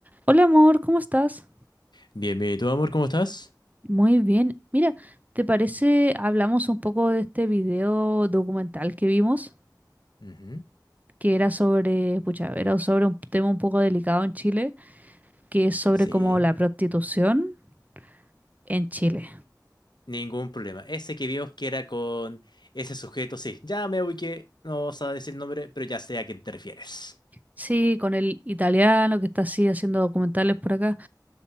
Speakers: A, on the right; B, on the left.
A: Hola amor, ¿cómo estás?
B: Bienvenido, amor, ¿cómo estás?
A: Muy bien. Mira, ¿te parece hablamos un poco de este video documental que vimos,
B: Ujú,
A: que era sobre, pucha, era sobre un tema un poco delicado en Chile, que es sobre
B: Sí.
A: como la prostitución en Chile.
B: Ningún problema. Ese que vimos que era con ese sujeto, sí, ya me ubiqué, no vas a decir el nombre, pero ya sé a quién te refieres.
A: Sí, con el italiano que está así haciendo documentales por acá.